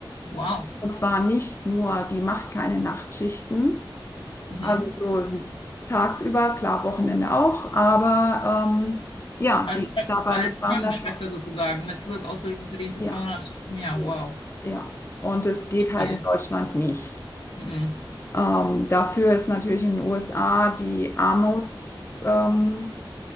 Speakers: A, on the left (about 85°); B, on the left (about 30°).
A: Wow.
B: Und zwar nicht nur, die macht keine Nachtschichten,
A: Mhm.
B: also so tagsüber, klar, Wochenende auch, aber ähm, ja,
A: Als,
B: die ist dabei
A: als
B: mit 200.000,
A: Krankenschwester sozusagen mit Zusatzausbildung verdienst
B: ja,
A: du 200 im Jahr.
B: ja,
A: Wow.
B: ja. Und es geht halt
A: Viel.
B: in Deutschland nicht.
A: Mhm.
B: Ähm, dafür ist natürlich in den USA die Armuts, ähm,